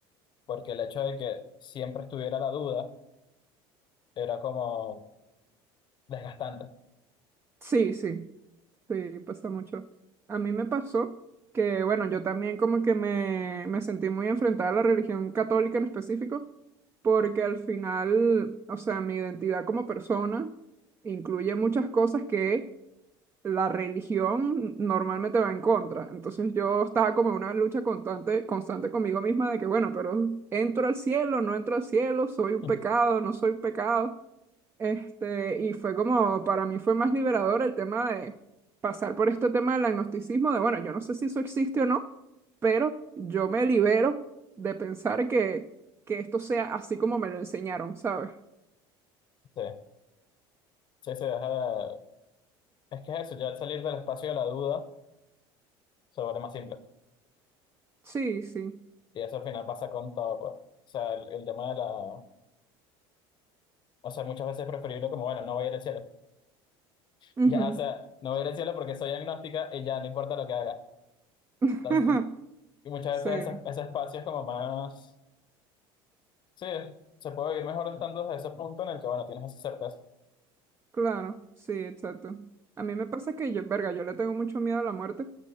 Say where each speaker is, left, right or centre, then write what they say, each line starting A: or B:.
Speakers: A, on the left (about 40°); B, on the right (about 20°).
A: porque el hecho de que siempre estuviera la duda era como desgastante.
B: Sí, sí. Sí, pasa mucho. A mí me pasó que, bueno, yo también como que me, me sentí muy enfrentada a la religión católica en específico, porque al final, o sea, mi identidad como persona incluye muchas cosas que la religión normalmente va en contra. Entonces yo estaba como en una lucha constante, constante conmigo misma de que, bueno, pero entro al cielo, no entro al cielo, soy un
A: <laughs>
B: pecado, no soy un pecado. Este, y fue como, para mí fue más liberador el tema de pasar por este tema del agnosticismo, de bueno, yo no sé si eso existe o no, pero yo me libero de pensar que, que esto sea así como me lo enseñaron, ¿sabes?
A: Sí, sí, sí, deja de- es que es eso, ya al salir del espacio de la duda se vuelve más simple.
B: Sí, sí.
A: Y eso al final pasa con todo, pues. O sea, el, el tema de la... O sea, muchas veces es preferible como, bueno, no voy a ir al cielo. <laughs>
B: Ujú.
A: Ya, o sea, no voy a ir al cielo porque soy agnóstica y ya no importa lo que haga.
B: <laughs>
A: Entonces, y muchas
B: Sí.
A: veces ese, ese espacio es como más... Sí, se puede vivir mejor estando desde ese punto en el que, bueno, tienes esa certeza.
B: Claro, sí, exacto. A mí me pasa que yo, verga, yo le tengo mucho miedo a la muerte